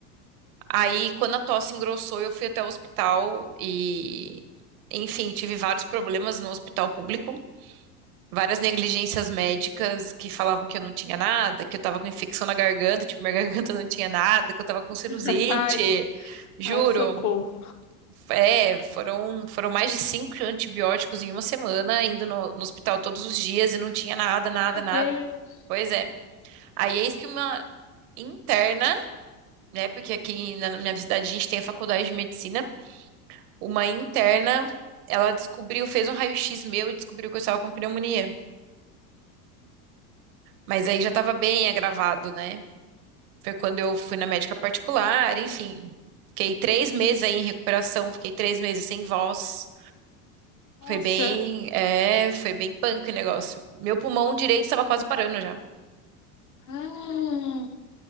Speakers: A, on the right; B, on the left.
A: Aí quando a tosse engrossou, eu fui até o hospital e, enfim, tive vários problemas no hospital público, várias negligências médicas que falavam que eu não tinha nada, que eu tava com infecção na garganta, tipo, minha <laughs> garganta não tinha nada, que eu tava com sinusite,
B: <laughs> Ai,
A: juro.
B: ai, socorro.
A: É, foram, foram mais de cinco antibióticos em uma semana, indo no, no hospital todos os dias e não tinha nada, nada,
B: Meu
A: nada.
B: Deus.
A: Pois é. Aí eis que uma interna, né? Porque aqui na minha cidade a gente tem a faculdade de medicina. Uma interna, ela descobriu, fez um raio-x meu e descobriu que eu estava com pneumonia. Mas aí já estava bem agravado, né? Foi quando eu fui na médica particular, enfim. Fiquei três meses aí em recuperação, fiquei três meses sem voz.
B: Nossa.
A: Foi bem, é, foi bem punk o negócio. Meu pulmão direito estava quase parando já.
B: Ah.